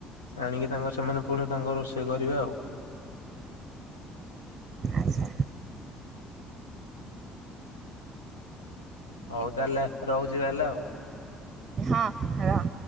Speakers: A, on the left; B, on the right.
A: ଆଣିକି ତାଙ୍କ ସେମାନେ ପୁଣି ତାଙ୍କ ରୋଷେଇ କରିବେ ଆଉ।
B: ଆଚ୍ଛା
A: ହଉ ତାହେଲେ ରହୁଛି ତାହେଲେ ଆଉ।
B: ହଁ ରହ।